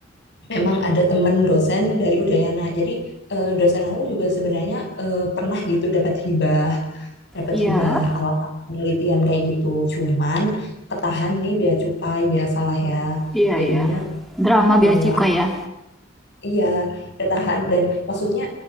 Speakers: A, on the left (about 60°); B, in the centre.
A: memang ada temen dosen dari Udayana. Jadi eh, dosen aku juga sebenarnya eh, pernah gitu dapat hibah dapat
B: Iya,
A: hibah alat penelitian kayak gitu cuman ketahan di bea cukai biasalah ya
B: iya
A: jadinya
B: iya. Drama bea
A: eh,
B: cukai ya.
A: iya ketahan dan maksudnya